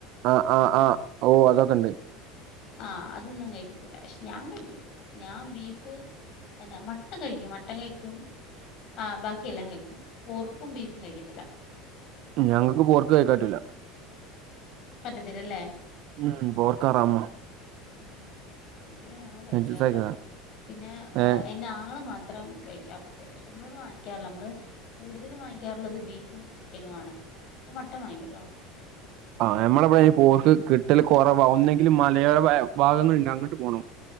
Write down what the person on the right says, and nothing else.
ആഹ് ആഹ് ആഹ് ഓ അതൊക്കിണ്ട്
ഞങ്ങക്ക് പോർക്ക് കഴിക്കാറ്റുല്ല
ഉം പോർക്ക് ഹറാമാ
കഴിക്കുന്നതാണ്.
ഏ
ആ നമ്മള പെരെ പോർക്ക് കിട്ടല് കൊറവാ ഒന്നെങ്കിൽ മലയാ വാഗങ്ങൾണ്ട് അങ്ങട്ട് പോണം